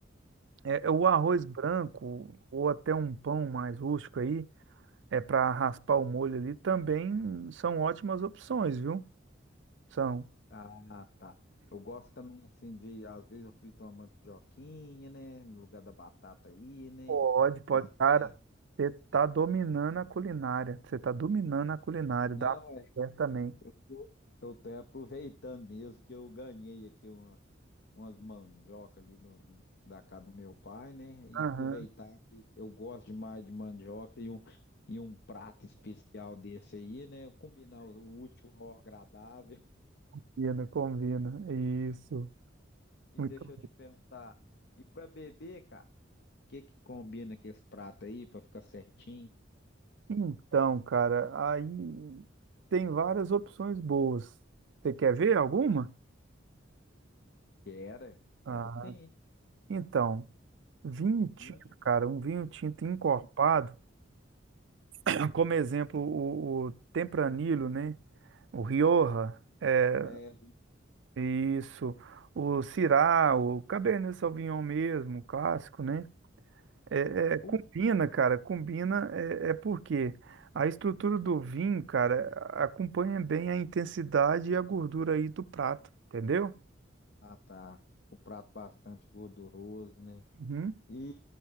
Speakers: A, on the right; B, on the left.
A: é, é o arroz branco ou até um pão mais rústico aí. é para raspar o molho ali, também são ótimas opções, viu? São.
B: Ah, tá. Eu gosto também, assim, de, às vezes eu frito uma mandioquinha, né? No lugar da batata aí, né?
A: Pode, pode.
B: Dá
A: Cara,
B: certo.
A: você tá dominando a culinária. Você tá dominando a culinária
B: Não,
A: da
B: é,
A: mulher também.
B: eu tô, eu tô aproveitando mesmo que eu ganhei aqui uma, umas mandioca ali do, da casa do meu pai, né? E
A: Aham.
B: aproveitar que eu gosto demais de mandioca e um, e um prato especial desse aí, né? Combinar o útil ao agradável.
A: Combina, combina. Isso.
B: E
A: Muito
B: deixa
A: bom.
B: eu te perguntar, e pra beber, cara, o que que combina com esse prato aí pra ficar certinho?
A: Então, cara, aí tem várias opções boas. Você quer ver alguma?
B: Quero,
A: Ah,
B: quero sim.
A: então, vinho tinto,
B: Vinho,
A: cara, um vinho tinto encorpado, <clears throat> como exemplo, o, o Tempranillo, né? O Rioja, é,
B: é,
A: isso. O Syrah, o Cabernet Sauvignon mesmo, o clássico, né? É, é,
B: porra.
A: combina, cara, combina, é, é porque a estrutura do vinho, cara, acompanha bem a intensidade e a gordura aí do prato, entendeu?
B: Ah, tá. O prato bastante gorduroso, né?
A: Uhum.
B: E,